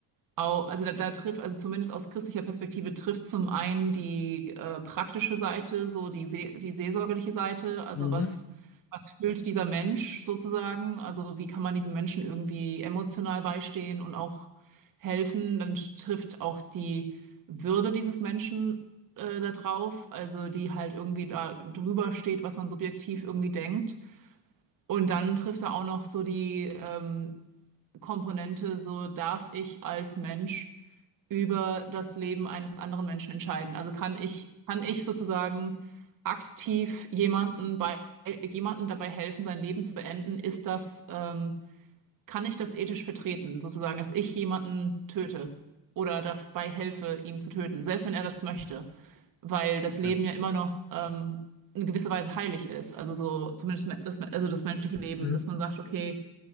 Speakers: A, on the right (about 40°); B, on the left (about 35°).
A: Au, also da, da trifft, also zumindest aus christlicher Perspektive trifft zum einen die äh, praktische Seite, so die, See, die seelsorgerliche Seite, also
B: Mhm.
A: was, was fühlt dieser Mensch sozusagen, also wie kann man diesem Menschen irgendwie emotional beistehen und auch helfen, dann trifft auch die Würde dieses Menschen äh, da drauf, also die halt irgendwie da drüber steht, was man subjektiv irgendwie denkt. Und dann trifft da auch noch so die ähm, Komponente, so darf ich als Mensch über das Leben eines anderen Menschen entscheiden. Also kann ich, kann ich sozusagen aktiv jemanden bei, jemanden dabei helfen, sein Leben zu beenden? Ist das, ähm, kann ich das ethisch vertreten, sozusagen, dass ich jemanden töte oder dabei helfe, ihn zu töten, selbst wenn er das möchte, weil das Leben
B: Ja.
A: ja immer noch, ähm, in gewisser Weise heilig ist, also so zumindest me- das, also das menschliche Leben,
B: Mhm.
A: dass man sagt, okay,